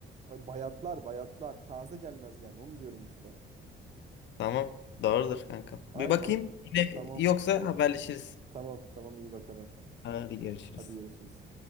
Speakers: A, on the right; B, on the left.
A: bayatlar bayatlar taze gelmez yani onu diyorum işte.
B: Tamam. Doğrudur kanka.
A: Aynen
B: Bir bakayım.
A: o-
B: Yine
A: Tamam
B: yoksa haberleşiriz.
A: tamam tamam iyi bakalım.
B: Hadi görüşürüz.
A: Hadi görüşürüz.